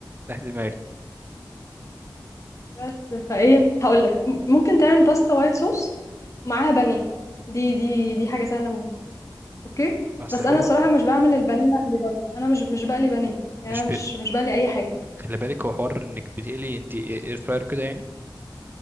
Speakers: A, on the right (about 25°); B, on the left (about 40°).
A: دماغي
B: بس فايه هقول لك ممكن تعمل باستا وايت صوص معاها بانيه دي دي دي حاجه سهله موت اوكي
A: بس
B: بس
A: حوار
B: انا صراحه مش بعمل البانيه مقلي برضه انا مش مش بقلي بانيه يعني
A: مش
B: انا
A: بي...
B: مش مش بقلي اي حاجه
A: خلي بالك هو حوار انك بتقلي انت اير فراير كده يعني